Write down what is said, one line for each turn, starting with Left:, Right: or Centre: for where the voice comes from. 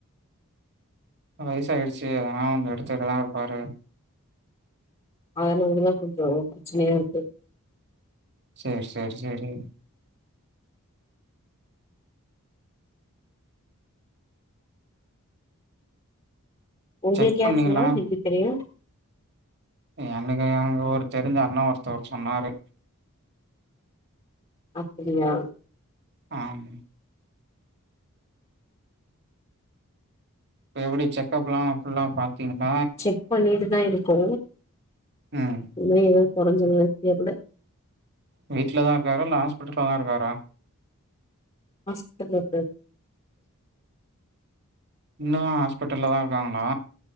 Right: வயசு ஆயிடுச்சு அதனா எடுத்துட்டுதா இருப்பாரு
Left: அதனாலதா கொஞ்சோ பிரச்சனையா இருக்கு
Right: சேர் செரி செரி
Left: உங்களுக்கு
Right: செக்
Left: யார்
Right: பண்ணீங்களா
Left: சொன்ன எப்டி தெரியு
Right: எனக்கு அங்க ஒரு தெரிஞ்ச அண்ணே ஒருத்தவர் சொன்னாரு
Left: அப்பிடியா
Right: ஆம் இப்ப எப்டி செக்கப்லா ஃபுல்லா பாத் திங்கள
Left: செக் பண்ணிட்டு தா இருக்கோ
Right: ம்
Left: இன்னு எதும் கொறஞ்ச மார் தெர்ல
Right: வீட்ல தா இருக்காரா இல்ல ஹாஸ்பிடல்ல தா இருக்காரா
Left: ஹாஸ்பட்ல்ல இருக்காரு
Right: இன்னு ஹாஸ்பிட்டல்ல தா இருக்காங்களா